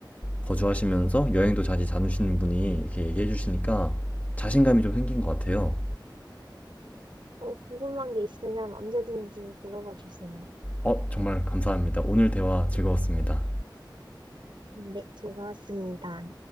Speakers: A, on the left; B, on the right.
A: 거주하시면서 여행도 자주 다니시는 분이 이렇게 얘기해 주시니까 자신감이 좀 생긴 것 같아요.
B: 또 궁금한 게 있으면 언제든지 물어봐 주세요.
A: 어, 정말 감사합니다. 오늘 대화 즐거웠습니다.
B: 네, 즐거웠습니다.